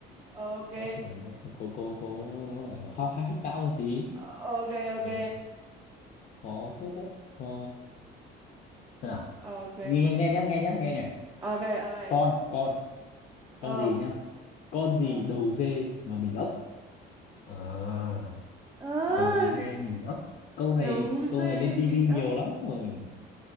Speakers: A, on the right (about 20°); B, on the left (about 45°).
A: ok
B: nó phải nó phải cố cố cố nó phải hóc hách não một tí
A: Ờ, ok
B: Ờ,
A: ok
B: khó phết đấy ờ, xem nào
A: ok
B: nghe nghe nghe nhá nghe nhá nghe nhá
A: ok ok
B: con con con
A: ờ
B: gì nhá con gì
A: ờ
B: đầu dê mà mình ốc Ờ.
A: À,
B: đầu dê mình ấp câu
A: đầu
B: này
A: dê
B: câu này lên tivi
A: mình
B: nhiều
A: ốc
B: lắm rồi